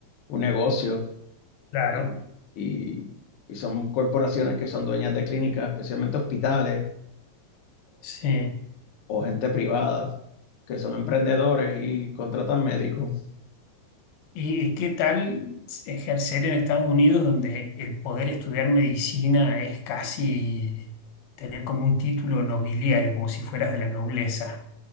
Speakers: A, on the left; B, on the left.
A: un negocio
B: Claro.
A: y, y y son corporaciones que son dueñas de clínicas, especialmente hospitales
B: Sí.
A: o gente privada que son emprendedores y contratan médicos.
B: ¿Y, y qué tal ejercer en Estados Unidos, donde el poder estudiar medicina es casi tener como un título nobiliario, como si fueras de la nobleza?